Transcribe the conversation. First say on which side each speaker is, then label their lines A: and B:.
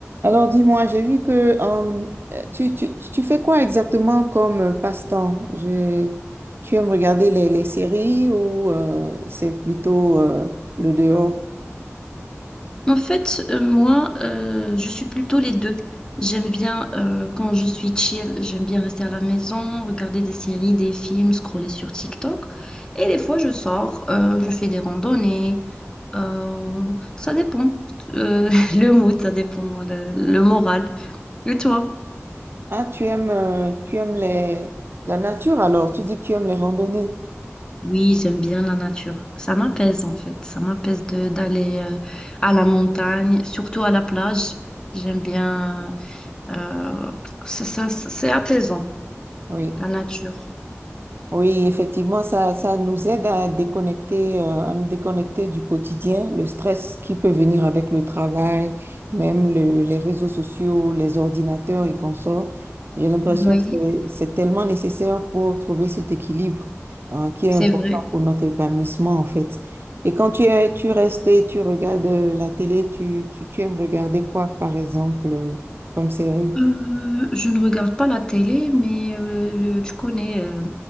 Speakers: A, on the right (about 50°); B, on the left (about 15°).
A: Alors dis-moi, j'ai vu que euh, tu, tu, tu fais quoi exactement comme euh, passe-temps? Je, tu aimes regarder les, les séries ou euh, c'est plutôt euh, le dehors?
B: En fait, euh, moi, euh, je suis plutôt les deux. J'aime bien, euh, quand je suis chill, j'aime bien rester à la maison, regarder des séries, des films, scroller sur TikTok. Et des fois, je sors, euh, je fais des randonnées. Euh, ça dépend. Euh, <laughs> le mood, ça dépend, le, le moral. Et toi?
A: Ah, tu aimes, euh, tu aimes les, la nature alors? Tu dis que tu aimes les randonnées.
B: Oui, j'aime bien la nature. Ça m'apaise, en fait. Ça m'apaise de d'aller euh, à la montagne, surtout à la plage. J'aime bien... euh, ça, ça- ça- c'est apaisant.
A: Oui.
B: la nature.
A: Oui, effectivement, ça, ça nous aide à déconnecter, euh, à nous déconnecter du quotidien, le stress qui peut venir avec le travail, même le- les réseaux sociaux, les ordinateurs et consorts. J'ai l'impression
B: Oui,
A: que c'est, c'est tellement nécessaire pour trouver cet équilibre, euh, qui est
B: c'est
A: important
B: vrai.
A: pour notre épanouissement, en fait. Et quand tu es, tu restes et tu regardes euh, la télé, tu, tu, tu aimes regarder quoi, par exemple, euh, comme série?
B: Euh, je ne regarde pas la télé, mais euh, tu connais euh,